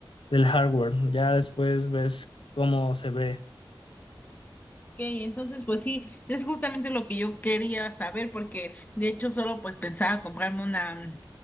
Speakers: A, on the left; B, on the left.
A: del hardware, ya después ves cómo se ve.
B: Ok, entonces pues sí, es justamente lo que yo quería saber porque de hecho solo pues pensaba comprarme una,